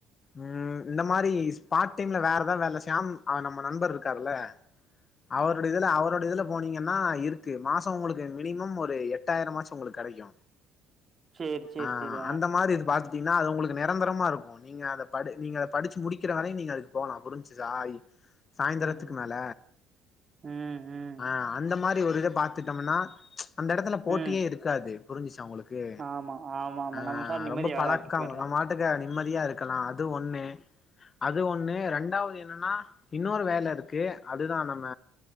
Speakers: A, on the left; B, on the right.
A: ம் இந்த மாரி பார்ட் டைம்ல வேறதா வேல ஷியாம் அவர் நம்ப நண்பர் இருக்காற்ல்ல அவருடைய
B: ம்
A: இதுல
B: ம்
A: அவருடைய இதுல போனீங்கன்னா இருக்கு மாச உங்களுக்கு மினிமம் ஒரு எட்டாயிரம் ஆச்சு உங்களுக்கு கடைக்கு
B: சேரி சேரி
A: ஆ
B: சேரி
A: அந்த மாரி இது பாத்துட்டீங்கன்னா அது உங்களுக்கு நெரந்தரமா இருக்கு நீங்க அத படு நீங்க அத படிச்சு முடிக்கிற வரையு நீங்க அதுக்கு போலா புரிஞ்சுச்சா அய் சாயந்தரத்துக்கு
B: ம்
A: மேல
B: ம் ம்
A: ஆ அந்த மாரி ஒரு இத பத்துட்டோம்னா அந்த எடத்துல போட்டியே
B: ம்
A: இருக்காது புரிஞ்சிச்சா உங்களுக்கு
B: ஆமா ஆமா ஆமா
A: ஆ
B: நம்ம சார் நிம்மதியா
A: ரொம்ப
B: வேல
A: பழக்கோ
B: பாத்துட்டு போயிரலா
A: உங்கமாட் டுக்கு நிம்மதியா இருக்கலா அது ஒண்ணு அது
B: ம்
A: ஒண்ணு ரெண்டாவது என்னன்னா இன்னொரு வேல இருக்கு அதுதா நம்ம